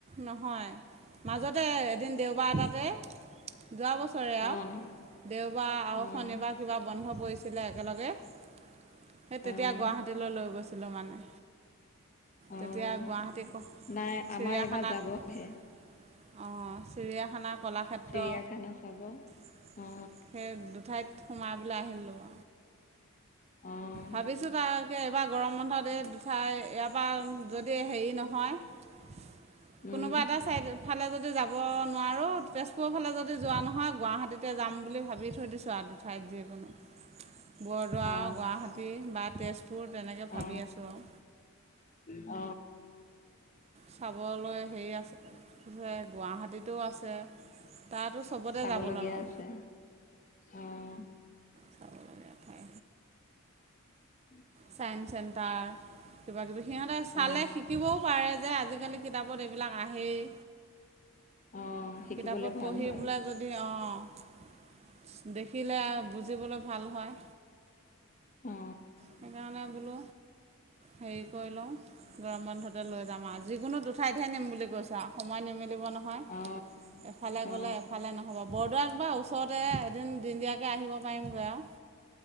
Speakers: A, on the right (about 30°); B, on the left (about 35°).
A: নহয় মাজতে এদিন দেওবাৰ এটাতে যোৱা বছৰে আও
B: আহ
A: দেওবাৰ আৰু
B: আহ
A: শনিবাৰ কিবা বন্ধ পৰিছিলে। একে লগে সেই তেতিয়া
B: আহ
A: গুৱাহাটীলৈ লৈ গৈছিলো মানে।
B: আহ
A: তেতিয়া গুৱাহাটী চিৰিয়াখানাক
B: নাই আমাৰ এইবাৰ যাবহে
A: অ। চিৰিয়াখানাত কলাক্ষেত্ৰ
B: চিৰিয়াখানা চাব
A: সেই
B: অ
A: দুঠাইত সোমাই পেলাই আহিলোঁ।
B: অ
A: ভাবিছোঁ তাকে এইবাৰ গৰম বন্ধ এ দুদ <unintelligible> চাই ইয়াৰ পৰা যদি হেৰি নহয়।
B: উম
A: কোনোবা এটা চাইড ফালে যদি যাব। নোৱাৰো তেজপুৰৰ ফালে যদি যোৱা নহয় গুৱাহাটীতে যাম বুলি ভাবি থৈ দিছো আ দুঠাইত যিকোনো। <unintelligible> বৰদোৱা
B: অ
A: গুৱাহাটী বা তেজপুৰ তেনেকে ভাবি
B: অ
A: আছোঁ আও।
B: অ
A: চাবলৈ হেৰি আছে যে গুৱাহাটীত ত' আছে। তাতো চবতে
B: চাবলগীয়া
A: যাবলৈ মন
B: আছে। অঁ।
A: চাবলগীয়া ঠাই
B: <inaudible>
A: চাইন্স চেণ্টাৰ, কিবা কিবি। সিহঁতে চালে
B: অ
A: শিকিবও পাৰে যে আজিকালি কি কিতাপত এইবিলাক আহেই।
B: অ শিকিবলে
A: কিতাপত
B: ভাল
A: পঢ়ি
B: হয়
A: বোলে যদি অ দেখিলে বুজিবলৈ ভাল হয়।
B: অঁ।
A: সেইকাৰণে বোলো হেৰি কৰি লওঁ গৰম বন্ধতে লৈ যাম আৰু, যিকোনো দুঠাইতহে নিম বুলি কৈছে আৰু। সময় নিমিলিব নহয়
B: অ
A: এফালে
B: অ
A: গ'লে এফালে নহ'ব বৰদোৱাত বা ওচ ওচৰতে এদিন দিনদীয়াকৈ আহিব পাৰিমগৈ আৰু।